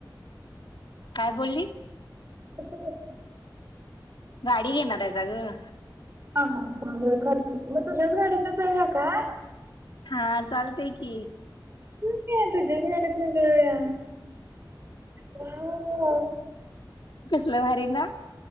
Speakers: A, on the left; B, on the right.
A: काय बोललीसं
B: <inaudible>
A: गाडी घेणार आहेसा गं
B: हा हा हो हो खरच मग तुझ्याच गाडीन जाया का?
A: हा चालतय की
B: निवांत जिब गाडीतंनं जाऊया. वावं
A: कसलं भारी ना.